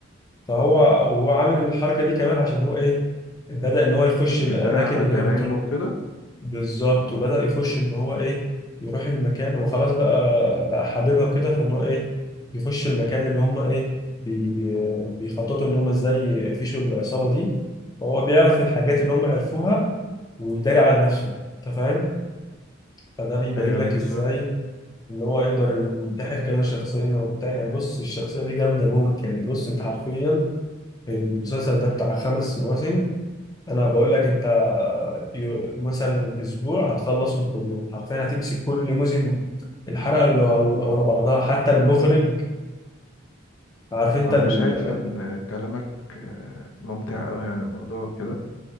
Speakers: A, on the left; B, on the left.
A: فهو وهو عامل الحركة دي كمان عشان هو إيه بدأ إن هو يخش الأماكن
B: يدري على
A: اللي
B: جرايمه
A: هي بتروح
B: وكده
A: بالظبط وبدأ يخش ان هو ايه يروح المكان وخلاص بقى بقى حاببها كده فان هو ايه يخش المكان اللي هم ايه بي بيخططوا ان هم ازاي يفشوا العصابة دي فهو بيعرف الحاجات اللي هم عرفوها ويداري على نفسه انت فاهم فده بيبين
B: أيوه
A: لك
B: بالظبط
A: ازاي ان هو يقدر ينتحل كذا شخصية وبتاع يعني بص الشخصية دي جامدة موت يعني بص انت حرفيا المسلسل ده بتاع خمس مواسم انا بقول لك انت يو- مثلا اسبوع هتخلصهم كلهم حرفيا هتمسك كل موسم الحلقه اللي على- ورا بعضها حتى المخرج عارف انت
B: هو
A: ال-
B: أنا شايف إن كلامك آه، ممتع أوي عن الموضوع وكده